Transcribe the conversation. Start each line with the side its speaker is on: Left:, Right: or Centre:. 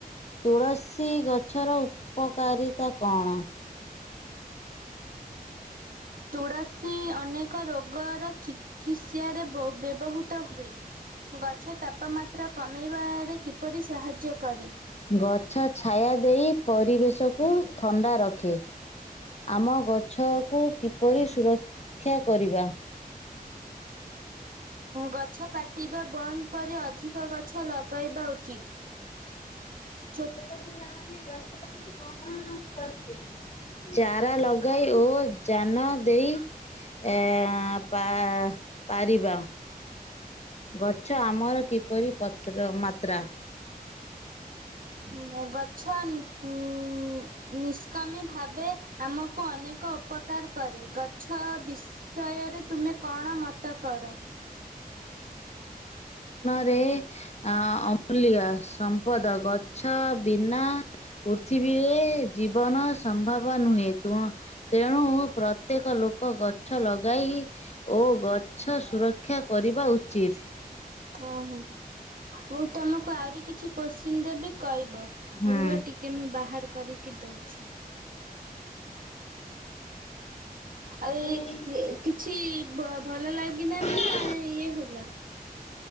Left: ତୁଳସୀ ଗଛର ଉପକାରିତାକୁ କଣ
Right: ତୁଳସୀ ଅନେକ ରୋଗର ଚିକିତ୍ସାରେ ବ୍ୟବହୃତ ହୁଏ ଗଛ ତାପମାତ୍ରା କମେଇବାରେ କିପରି ସାହାଯ୍ୟ କରେ?
Left: ଗଛ ଛାୟା ଦେଇ ପରିବେଶକୁ ଥଣ୍ଡା ରଖେ ଆମ ଗଛ କୁ କି ପରି ସୁରକ୍ଷା କରିବା
Right: ଗଛ କାଟିବା ବନ୍ଦ କରି ଅଧିକ ଗଛ ଲଗାଇବା ଉଚିତ୍ ହ <unintelligible>
Left: ଛୋଟ ପିଲାମାନେ ଗଛ ପାଇଁ କଣ କରିବେ? ଚାରା ଲଗାଇ ଓ ଯାନ ଦେଇ ଏ ଆ ପା ପାରିବା ଗଛ ଆମର କିପରି ପତ୍ର ମାତ୍ରା
Right: ହୁଁ। ଗ ଗଛ ଉ ନିଷ୍କାମି ଭାବେ ଆମକୁ ଅନେକ ଉପକାର କରେ। ଗଛ ବିଷୟରେ ତୁମେ କଣ ମତ କର?
Left: ରେ ଅ ଅମୂଲ୍ୟ ସମ୍ପଦ ଗଛ ବି। ନା ପୃଥିବୀରେ ଜୀବନ ସମ୍ଭବ। ୁ ହେ ତୁଣ <unintelligible> ତେଣୁ ପ୍ରତ୍ୟେକ ଲୋକ ଗଛ ଲଗେଇ ାଇ <inaudible> ଓ ଗଛ ସୁରକ୍ଷା କରିବା ଉଚିତ୍।
Right: ହଁ ହଁ ହୁ। ମୁଁ ତମକୁ ଆହୁରି କିଛି କ୍ଵେଶ୍ଚିନ ଦେବି କହିବ
Left: ହୁଁ
Right: ରୁହ ଟିକେ, ମୁଁ ବାହାର କରିକି ଦଉଛି। ଆଉ
Left: ହୁଁ
Right: ଏଇ କିଛି ଭଲ ଲାଗିଲା ନା
Left: <inaudible> <inaudible>
Right: ଇଏ ହେଲା?